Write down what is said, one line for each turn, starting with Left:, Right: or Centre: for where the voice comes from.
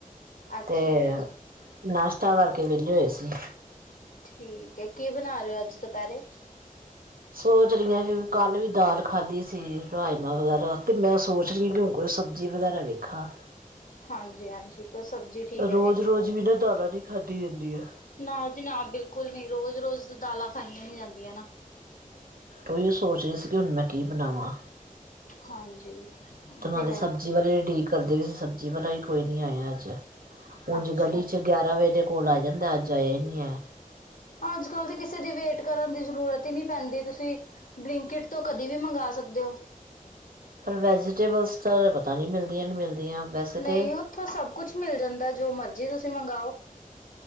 Left: ਅੱਛਾ
Right: ਤੇ ਨਾਸ਼ਤਾ ਕਰਕੇ ਵਿਹਲੇ ਹੋਏ ਸੀ।
Left: ਠੀਕ ਐ, ਕੀ ਬਨਾਰਹੇ ਹੋ ਅੱਜ ਦੁਪਹਿਰੇ
Right: ਸੋਚ ਰਹੀਆਂ ਕਿ ਕੱਲ ਵੀ ਦਾਲ ਖਾਧੀ ਸੀ, ਰਾਜਮਾਂ ਵਗੈਰਾ ਤੇ ਮੈਂ ਸੋਚ ਰਹੀ ਹਾਂ ਕਿ ਹੁਨ ਕੋਈ ਸਬਜ਼ੀ ਵਗੈਰਾ ਵੇਖਾ
Left: ਹਾਂਜੀ ਹਾਂਜੀ ਕੋਈ ਸਬਜ਼ੀ ਠੀਕ ਰਹੇਗੀ
Right: ਰੋਜ਼ ਰੋਜ਼ ਵੀ ਨਾ ਦਾਲਾਂ ਨੀ ਖਾਧੀ ਜਾਂਦੀਆਂ।
Left: ਨਾ ਜੀ ਨਾ ਬਿਲਕੁੱਲ ਨੀ ਰੋਜ਼ ਰੋਜ਼ ਦਾਲਾਂ ਖਾਈਆਂ ਨੀ ਜਾਦੀਆਂ ਨਾ।
Right: ਔਹੀ ਸੋਚ ਰਹੀ ਸੀ, ਕਿ ਹੁਨ ਮੈਂ ਕੀ ਬਨਾਵਾਂ।
Left: ਹਾਂਜੀ ਉਹ
Right: ਤੇ ਨਾਲੇ
Left: ਹੈ
Right: ਸਬਜ਼ੀ ਵਾਲੇ ਡੀਕ ਘਰਦੇ ਵੀ ਸਬਜ਼ੀ ਵਾਲਾ ਹੀ ਕੋਈ ਨੀ ਆਇਆ ਅੱਜ ਉੰਝ
Left: ਅੱਛਾ
Right: ਗਲੀ 'ਚ ਗਿਆਰਾਂ ਵਜੇ ਦੇ ਕੋਲ ਆ ਜੈਂਦਾ। ਅੱਜ ਆਇਆ ਹੀ ਨਹੀਂ ਐ।
Left: ਅੱਜ ਕੱਲ੍ਹ ਤਾਂ ਕਿਸੇ ਦੀ ਵੇਟ ਕਰਨ ਦੀ ਜ਼ਰੂਰਤ ਨੀ ਪੈਂਦੀ। ਤੁਸੀਂ ਬਲਿੰਕਟ ਤੋਂ ਕਦੀ ਵੀ ਮਂਗਾ ਸਕਦੇ ਔ।
Right: ਪਰ ਵੈਜੀਟੇਬਲਸ ਤਾਂ ਪਤਾ ਨਹੀਂ ਮਿਲਦੀਆਂ ਨੀ ਮਿਲਦੀਆਂ। ਵੈਸੇ ਤੇ
Left: ਨਹੀਂਔਥੋਂ ਸਭ ਕੁਛ ਮਿਲ ਜੈਂਦਾ ਜੋ ਮਰਜ਼ੀ ਤੁਸੀਂ ਮੰਗਵਾਔ।